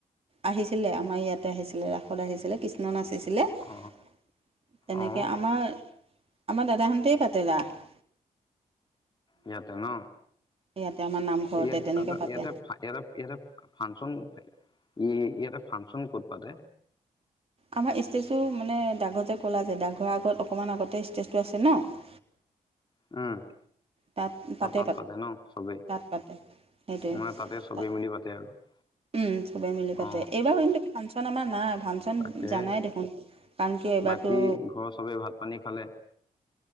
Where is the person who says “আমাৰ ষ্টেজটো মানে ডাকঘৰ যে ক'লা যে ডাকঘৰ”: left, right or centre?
Right